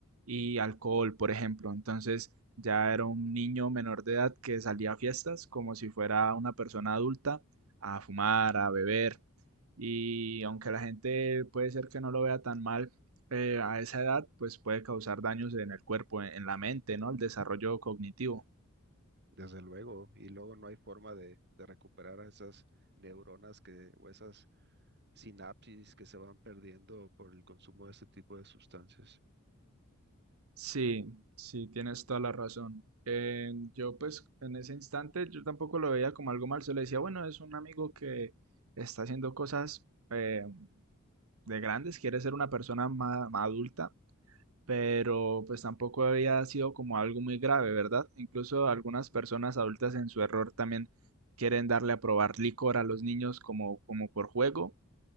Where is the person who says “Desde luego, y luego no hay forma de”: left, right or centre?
Right